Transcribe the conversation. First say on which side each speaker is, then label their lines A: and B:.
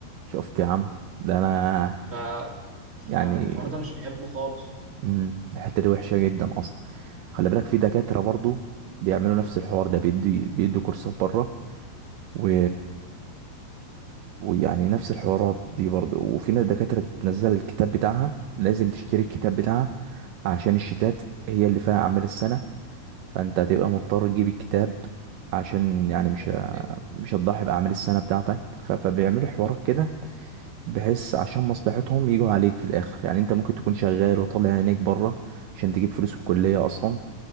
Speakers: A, on the right; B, on the right.
A: شفت يا عم ده أنا
B: ف
A: يعني
B: فالحوار ده مش بحبه خالص
A: مم، الحتة دي وحشة جدا أصلا خلي بالك في دكاترة برضو بيعملوا نفس الحوار ده بيدي بيدوا كورسات بره و... ويعني نفس الحوارات دي برضو وفي ناس دكاترة بتنزل الكتاب بتاعها لازم تشتري الكتاب بتاعها عشان الشتات هي اللي فيها أعمال السنة فأنت هتبقى مضطر تجيب الكتاب عشان يعني مش
B: الحقيقة-
A: ه- مش هتضحي بأعمال السنة بتاعتك ف... فبيعملوا حوارات كده بحيث عشان مصلحتهم يجوا عليك في الاخر يعني انت ممكن تكون شغال وطالع عينيك بره عشان تجيب فلوس الكليه اصلا